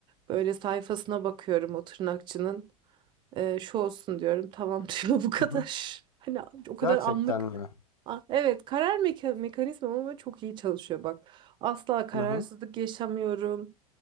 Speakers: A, on the right; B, on the left.
A: böyle sayfasına bakıyorum o tırnakçının. Ee, şu olsun diyorum. Tamam <laughs> diyor bu kadar.
B: Hı hı.
A: Hani o kadar
B: Gerçekten
A: anlık
B: mi?
A: Ah, Evet, karar meka mekanizmam ama çok iyi çalışıyor bak. Asla kararsızlık
B: Hı hı.
A: yaşamıyorum.